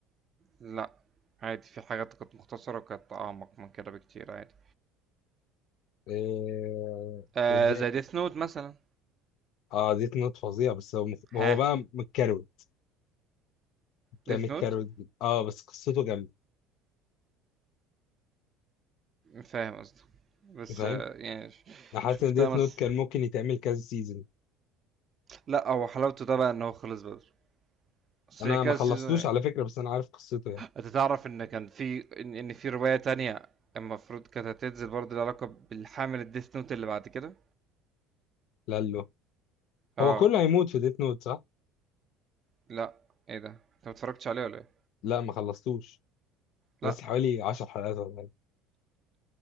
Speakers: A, on the right; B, on the left.
A: لا عادي في حاجات كانت مختصرة وكانت أعمق من كده بكتير عادي
B: آه،
A: آه
B: ازاي
A: زي ديث نوت مثلا
B: اه ديت نوت فظيع بس هو مخ-
A: ها
B: هو بقى متكروت بتاع
A: ديث
B: متكروت
A: نوت
B: جدا. اه بس قصته جامده
A: فاهم قصدي بس
B: فاهم
A: آه يعني ش-
B: حاسس
A: شوف
B: ان ديت
A: ده مثلا
B: نوت كان ممكن يتعمل كذا سيزون
A: لا هو حلاوته ده بقى إن هو خلص بدري بس
B: انا
A: هي كذا
B: ما خلصتوش
A: سيزون
B: على فكره بس انا عارف قصته يعني
A: انت تعرف ان كان في ان إن في رواية تانية المفروض كانت هتنزل برضه لها علاقة بالحامل الديث نوت اللي بعد كده
B: لالو
A: اه
B: هو كله هيموت في ديت نوت صح؟
A: لا ايه ده انت ما اتفرجتش عليه ولا ايه
B: لا ما خلصتوش
A: لا
B: لسه حوالي 10 حلقات ولا حاجة